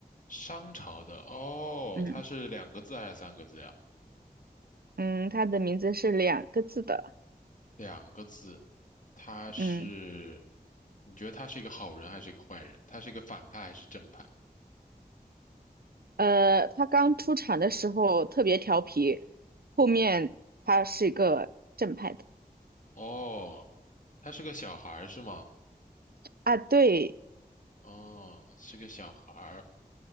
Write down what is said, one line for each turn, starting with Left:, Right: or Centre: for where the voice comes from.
Left: 商朝的哦，
Right: 嗯
Left: 他是两个字还是三个字呀？
Right: 嗯，它的名字是两个字的，
Left: 两个字，他是，
Right: 嗯，
Left: 你觉得他是一个好人还是一个坏人？他是一个反派还是正派？
Right: 呃，它刚出场的时候特别调皮，后面它是一个正派的。
Left: 哦，他是个小孩儿是吗？
Right: 啊，对，
Left: 哦，是个小孩儿